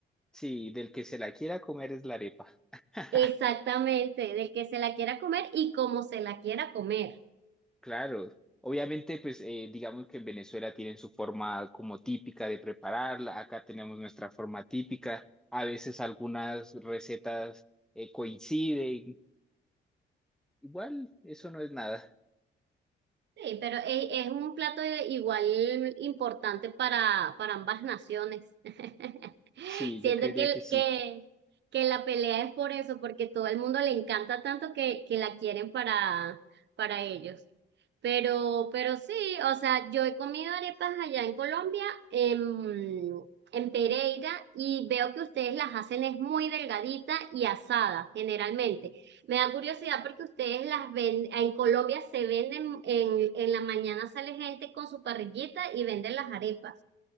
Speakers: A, in the centre; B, on the right.
A: sí, del que se la quiera comer es la arepa. <laughs>
B: exactamente, del que se la quiera comer y como se la quiera comer.
A: Claro, obviamente pues eh, digamos que en Venezuela tienen su forma como típica de prepararla, acá tenemos nuestra forma típica, a veces algunas recetas eh, coinciden, igual eso no es nada.
B: Sí, pero es, es un plato igual importante para, para ambas naciones. <laughs>
A: Sí,
B: Siento
A: yo creería
B: que, el-
A: que sí,
B: que, que la pelea es por eso, porque todo el mundo le encanta tanto que, que la quieren para, para ellos. Pero, pero sí, o sea, yo he comido arepas allá en Colombia, en, en Pereira, y veo que ustedes las hacen es muy delgadita y asada, generalmente. Me da curiosidad porque ustedes las ven, en Colombia se venden, en, en la mañana sale gente con su parrillita y venden las arepas.